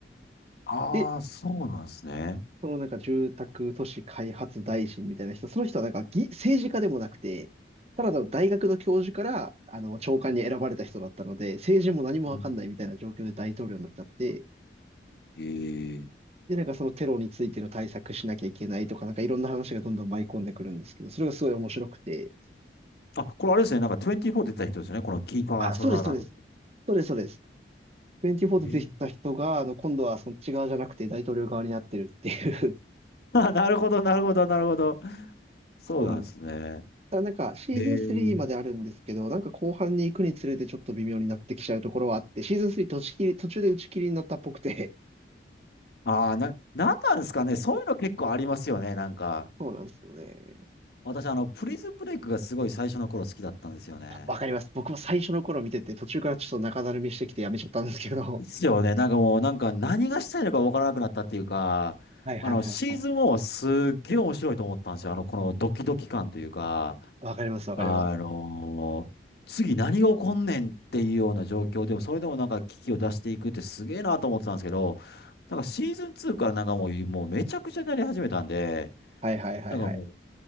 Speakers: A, on the left (about 60°); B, on the right (about 35°).
A: ああ、
B: で、
A: そうなんですね。
B: そのなんか住宅都市開発大臣みたいな人、その人はなんか議政治家でもなくて、ただの大学の教授からあの長官に選ばれた人だったので、政治も何もわかんないみたいな状況で大統領になっちゃって、
A: うん。ええ
B: で、なんかそのテロについての対策しなきゃいけないとか、なんかいろんな話がどんどん舞い込んでくるんですけど、それがすごい面白くて、
A: あ、これあれですね。なんか24出た人ですよね。このキーファー・
B: あ、
A: サザーランドって。
B: そうです、そうです、そうです、そうです。24で出てた人が、
A: ええ
B: あの、今度はそっち側じゃなくて大統領側になってるっていう
A: あ、<laughs> なるほど、なるほど、なるほど。
B: <laughs>
A: そうなんですね。
B: そうなんです。ただなんか、シーズン3まであるんですけど、
A: へえ。
B: なんか後半に行くにつれてちょっと微妙になってきちゃうところはあって、シーズン3途中切り、途中で打ち切りになったっぽくて、
A: ああ、な、なんなんですかね。そういうの結構ありますよね。なんか。
B: そうなんですよね。
A: 私、あの、プリズンブレイクがすごい最初の頃好きだったんですよね。
B: わかります。僕も最初の頃見てて、途中からちょっと中だるみしてきてやめちゃったんですけど、
A: ですよね。なんかもう、なんか何がしたいのかわからなくなったっていうか、
B: <laughs> はいはいはいはい。
A: あの、シーズン1はすっげえ面白いと思ったんですよ。あの、このドキドキ感というか、
B: わかりますわかります。
A: あの次何が起こんねんっていうような状況でも、それでもなんか危機を出していくってすげえなと思ってたんですけど、なんかシーズン2からなんかもう、もうめちゃくちゃになり始めたんで、
B: はいはいはいはい。
A: なんかもう、